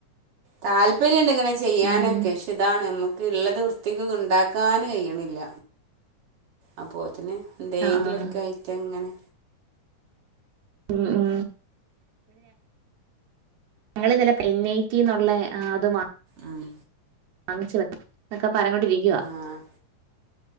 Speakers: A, on the right; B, on the right.
A: താല്പര്യണ്ട് ഇങ്ങനെ ചെയ്യാനൊക്കെ
B: ഉം
A: പക്ഷെ ഇതാണ് നമുക്ക് ഉള്ളത് കു ത്തിക് ഇണ്ടാക്കാാന് കഴിയണില്ല അപ്പൊത്തിന് എന്തെങ്കിലൊക്കെ
B: ആഹ് ആഹ്
A: ആയിട്ട് അങ്ങനെ
B: ഉ ഉം ഞങ്ങള്ന്നലെ എൻ ഐറ്റിുള്ള അത്
A: ആഹ്‌
B: വാങ്ങിച്ച വെ എന്നക്കെ പറോണ്ടിരിക്കുക
A: ആഹ്